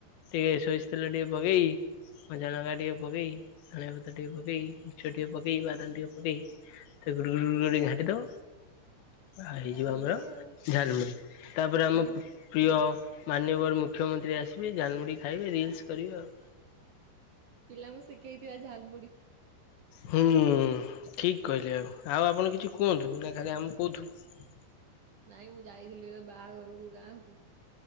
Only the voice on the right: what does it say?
ଝାଲମୁଢି
ଆଉ
ଏମିତି
ପିଲାଙ୍କୁ ଶିଖେଇଥିବା ଝାଲମୁଢି।
ନାଇଁ ମୁଁ ଯାଇଥିଲି ଏ ବାହାଘରକୁ ଗାଁ କୁ